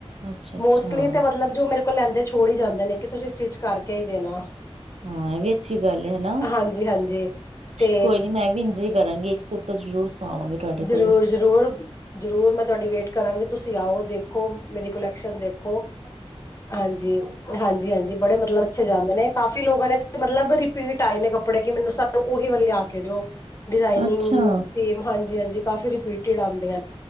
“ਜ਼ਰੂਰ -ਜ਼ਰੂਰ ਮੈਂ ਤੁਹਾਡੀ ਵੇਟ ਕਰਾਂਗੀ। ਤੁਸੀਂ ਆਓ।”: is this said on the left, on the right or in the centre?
Left